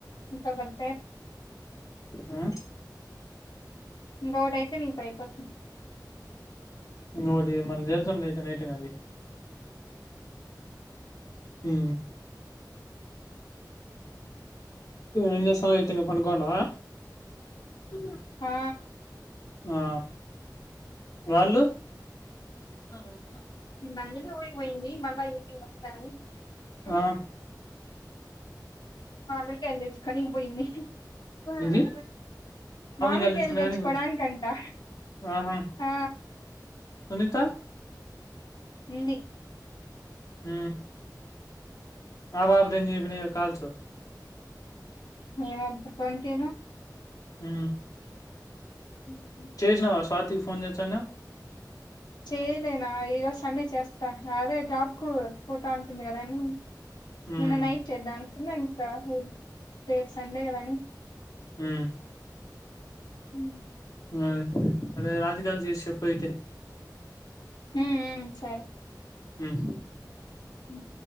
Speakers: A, on the left; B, on the left.
A: ఇకతే
B: ఆ
A: బోట అయితే న పైపో
B: నోడి మళ్ నటిది మీ ఎంజమయితేం పనుకోడా మీ
A: ఆ
B: క ఆ వాళ్ళు ఇచ్చనా
A: అందునే ఊడిపోయింది మళ్ళీ ఏ వస్తారు
B: ఆ
A: మీ కడి కానీ పోయిన్ని
B: ఇది
A: మామిడి
B: కాయలు తెచ్చుకునేదానికి
A: కలు తెచ్చకోడా
B: పో
A: కంటా
B: ఆహా
A: ఆ
B: సునీత
A: ఉంది
B: హ మా బబడని త కాల్స్
A: నే కొంటేను
B: హ
A: ఉ
B: చేసినావా స్వాతికి ఫోన్ చేసా నే
A: చేయలేనా ఏదో సండే చేస్తా అదే జాబ్ కు పోతా ఉంటుంది కదన్నీ
B: హ్మ్
A: నిన్న నైట్ద్దాను నాంకా సే సంండేగాదనీ
B: ఆ
A: ఉమ్మ్
B: అ అదే రాజు గారి చే చెప్పయితే
A: హమ్ హమ్ సరే
B: హమ్
A: అ